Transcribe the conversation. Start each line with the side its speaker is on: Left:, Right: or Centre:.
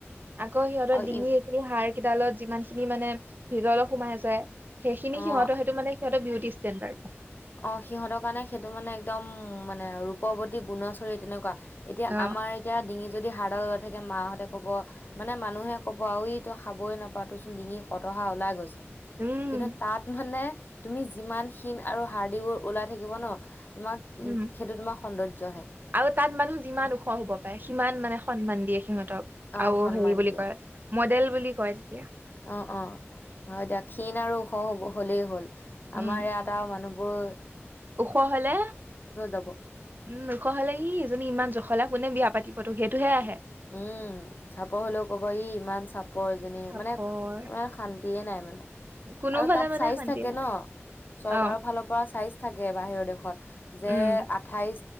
Right: আকৌ সিহঁতৰ
Left: আৰু
Right: ডিঙি এইখিনি হাৰ কেইডালত যিমান খিনি মানে ভিতলে সোমাই যায় সেইখিনি
Left: ই
Right: সিহঁতৰ
Left: অ
Right: সেইটো মানে সিহতে বিউটি ষ্টেণ্ডাৰ্ড
Left: অ সিহঁতৰ কাৰণে সেইটো মানে একদম মানে ৰূপৱ্তী গুণচৰিত তেনেকুৱা এতিয়া
Right: অ
Left: আমাৰ এতিয়া ডিঙি যদি হাড়দাল থাকে মাহঁতে ক'ব মানে মানুহে কব আৰু ই ত খাবই নাপা তো চোন ডিঙি কটহা ওলাই গৈছে
Right: উম
Left: কিন্তু তাত মানে তুমি যিমান খিন আৰু হাৰদিবোৰ ওলাই থাকিব ন তোমাক
Right: উম
Left: সেইটো তোমাৰ সৌন্দৰ্যহে
Right: আৰু তাত মানুহ যিমান ওখ হব পাৰে সিমান মানে সন্মান সিমত <unintelligible>
Left: অ
Right: আৰু
Left: সন্মান
Right: হেৰি বুলি
Left: দিয়ে
Right: কয় মডেল বুলি কয় তেতিয়া
Left: অ অ হয় এতিয়া ক্ষীণ আৰু ওখ হলেই হ'ল।
Right: উম
Left: আমাৰ ইয়াত এটা মানুহ ব <unintelligible>
Right: ওখ হলে
Left: যাব
Right: উম ওখ হলে ই এজনী ইমান জখলা কোনে বিয়া পাতিব তোক সেই টোহে আহে
Left: উম চাপ হলেও কব ই ইমান চাপ ওপৰজনী
Right: চাপৰ
Left: মানে ম শান্তিয়ে নাই মানে
Right: কোনোফালে
Left: আৰু তাত
Right: মানে
Left: চাইজ
Right: শান্তি
Left: থাকে
Right: নাই
Left: ন চৰকাৰৰ
Right: অ
Left: ফালৰ পৰা চাইজ থাকে বাহিৰৰ দেশত যে
Right: উম
Left: আঠাইশ